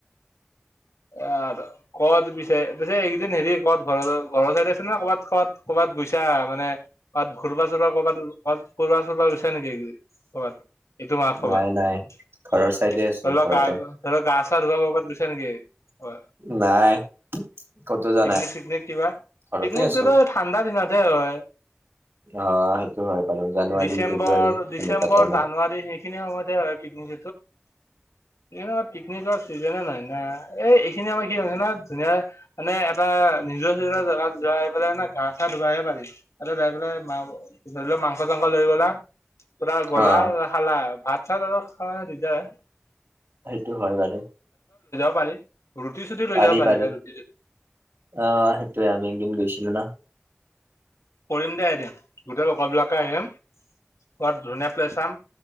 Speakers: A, on the left; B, on the right.
A: এ আ আৰু। ক'ত পিছে -পিছে এইকদিন হেৰি কত ঘৰ ঘৰৰ চাইড আছে ন ক'বাত ক'বাত ক'ৰবাত গৈছা মানে? ঘূৰবা চুবা কৰ'বাত ফোৰবা চুবা আচে নেকি কবাত এইটো মাহ কবাত?
B: নাই নাই।
A: <unintelligible>
B: ঘৰৰ চাইডে আছো ঘৰতে নাই। ক'তো যোৱা
A: পিকনিক
B: নাই।
A: চিকনিক কিবা
B: ঘৰতে
A: পিকনিকটোতো
B: আছো
A: ঠাণ্ডা দিনতহে হয়।
B: অ সেইটো হয় বাৰু জানুৱাৰী
A: ডিচেম্বৰ
B: ফেব্ৰুৱাৰী
A: ডিচেম্বৰ
B: এনেকুৱা টাইমত
A: জানুৱাৰী সেইখিনি সময়ত হয় পিকনিক আমাৰ পিকনিকৰ চিজ নহয় না এই এইখিনি আমাৰ কি হৈছে না ধুনীয়া মানে এটা নিজৰ চজৰ জেগাত যোৱা পেলাই না ঘা চা ধুবাইহে পাৰি। তাতে যাই পেলাইা ধৰি লও মাংস চাংস লৈ গ'লা। পুৰা গলা
B: অ
A: খালা ভাত চাত খ দিগদাৰ।
B: সেইটো হয় বাৰু।
A: <inaudible>
B: পাৰি
A: যাব পাৰিবা
B: পাৰি অ'
A: ৰুটি চুটি
B: সেইটোৱে আমি একদিন গৈছিলো না।
A: কৰিম দে আহি দিম গোটেই লগৰ বিলাকে আহিম খোৱাত ধুনীয়া ছে চাম